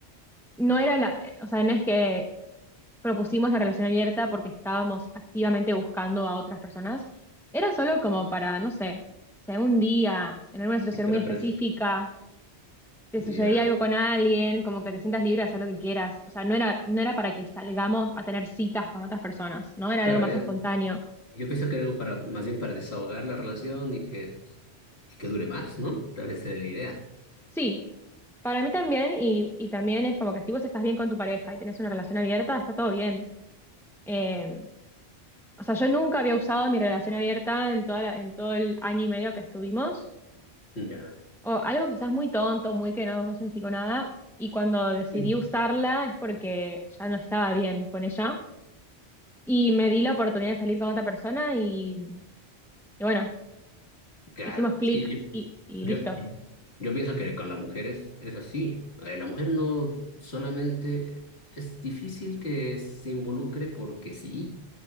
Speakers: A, in the centre; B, on the left (about 70°).
A: no era la, o sea, no es que propusimos la relación abierta porque estábamos activamente buscando a otras personas. Era solo como para, no sé, si algún día, en alguna situación
B: Y te
A: muy
B: repres-
A: específica, te
B: Ya.
A: sucedía algo con alguien, como que te sientas libre de hacer lo que quieras. O sea, no era, no era para que salgamos a tener citas con otras personas, ¿no? Era
B: Claro,
A: algo más
B: eh,
A: espontáneo.
B: Yo pienso que era algo para, más bien para desahogar la relación y que, y que dure más, ¿no? Tal vez sería la idea.
A: Sí, para mí también, y, y también es como que si vos estás bien con tu pareja y tenés una relación abierta, está todo bien. Eh, o sea, yo nunca había usado mi relación abierta en toda la- en todo el año y medio que estuvimos,
B: Ya.
A: o algo quizás muy tonto, muy que no, no significó nada, y cuando decidí
B: <clears throat>
A: usarla es porque ya no estaba bien con ella, y me di la oportunidad de salir con otra persona y, y bueno,
B: Claro,
A: hicimos clic
B: es que yo,
A: y, y
B: yo,
A: listo.
B: yo pienso que con la mujer es, es así. Eh, La mujer no solamente es difícil que se involucre porque sí,